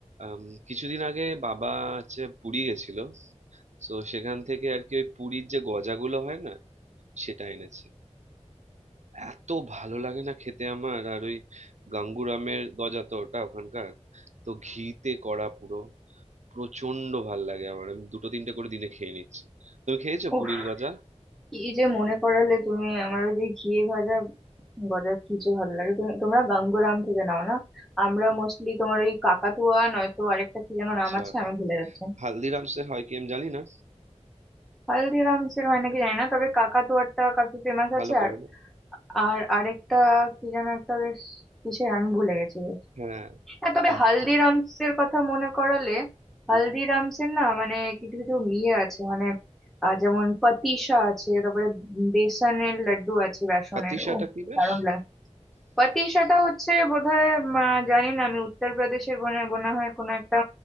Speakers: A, on the right; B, in the centre.
A: আম, কিছুদিন আগে বাবা হচ্ছে পুরী গেছিল তো সেখান থেকে আর কি ওই পুরীর যে গজাগুলো হয় না সেটা এনেছে এত ভালো লাগে না খেতে আমার আর ওই গাঙ্গুরামের গজা তো ওটা ওখানকার তো ঘিতে করা পুরো প্রচন্ড ভাল লাগে আমার আমি দুটো তিনটে করে দিনে খেয়ে নিচ্ছি তুমি খেয়েছো পুরীর
B: উফ
A: গজা
B: কি যে মনে করালে তুমি আমার ওই যে ঘিয়ে ভাজা গজা কি যে ভালো লাগে তুমি তোমরা গাঙ্গুরাম থেকে নাও না আমরা মোস্টলি তোমার ওই কাকাতুয়া নয়তো আরেকটা কি যেন
A: আচ্ছা
B: নাম আছে আমি ভুলে যাচ্ছি
A: হালদিরামসে হয় কি আমি জানি না
B: হালদিরামস এর হয় নাকি জানি না তবে কাকাতুয়াটা কাফি ফেমাস
A: ভালো
B: আছে
A: করে
B: আর
A: না
B: আর আরেকটা কি যেন একটা বেশ কিসের আমি ভুলে গেছি
A: হ্যাঁ
B: হ্যাঁ তবে
A: এত
B: হালদিরামস এর কথা মনে করালে
A: হুম।
B: হালদিরামস এর না মানে কিছু কিছু ইয়ে আছে মানে আহ, যেমন পাতিসা আছে তারপরে বেসনের লাড্ডু আছে বেসনের
A: পাতিসাটা
B: ও
A: কি বেশ
B: দারুণ লাগে পাতিসাটা হচ্ছে বোধহয় উম, আহ, জানি না আমি উত্তরপ্রদেশের মনে মনে হয় কোনো একটা